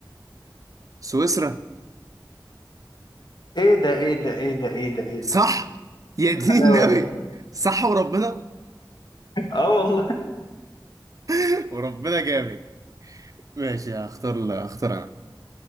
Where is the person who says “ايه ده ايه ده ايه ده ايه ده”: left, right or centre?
Left